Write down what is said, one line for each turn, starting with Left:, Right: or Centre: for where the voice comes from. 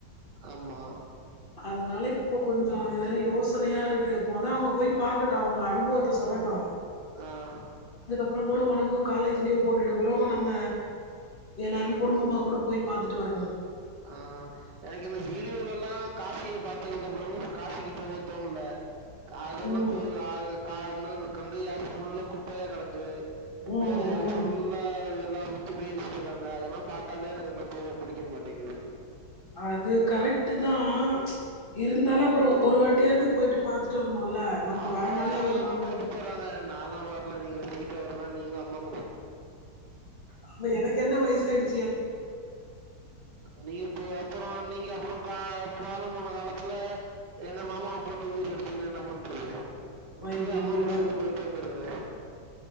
Right: ஆமா
Left: அதனால இப்போ கொஞ்ச அது வேற யோசனையா இருக்கு மொத அவங்க போய் பாக்கட்டு அவங்க அனுபவத்த சொல்லட்டு
Right: ஆஹ்
Left: ப்புற கூட ஒனக் கு காலேஜ் லீவ் போட்டுட்டு கூட நம்ம எல்லாருமே குடும்பமா கூட போய் பாத்துட்டு வருவோ
Right: ஆஹ் எனக்கு இந்த வீடியோல எல்லா காசியை பாத்ததுக்கு அப்புறமு காசிக்கு போக தோணல அதெல்லா
Left: ம்.
Right: <unintelligible> உம் கங்கையாறு ஃபுல்லா குப்பையா கெடக்கு
Left: ம்.
Right: போற வழி
Left: ம்.
Right: ஃபுல்லா எல்லா <unintelligible> இருக்காங்க அதெல்லாம் பாத்தாலே எனக்கு அங்க போக புடிக்க மாட்டிங்குது
Left: அது கரெக்ட்டு தா ம்ச் இருந்தாலு அப்புற ஒரு வாட்டியாவது போயிட்டு பாத்துட்டு வரணுல்ல நம்ம
Right: அவங்க
Left: வாழ்நாள்ல
Right: வயசானவங்க
Left: ஒரு நாள்
Right: போயிட்டு
Left: போணு
Right: போறாங்க நாலா வரல நீங்களே போயிட்டு வாங்கமா நீங்களு அம்மாவு
Left: அப்ப எனக்கு என்ன வயசாயிடுச்
Right: நீ போ அப்புற நீங்க அப்புற கா காலம் போன காலத்துல எங்க மாமாவ போட்டு உயர் எடுத்தீங்னா என்ன பண்றது இப்பயே
Left: ஐயய்யோ!
Right: அம்மா கூட சேந்து போயிட்டு வந்துருங்க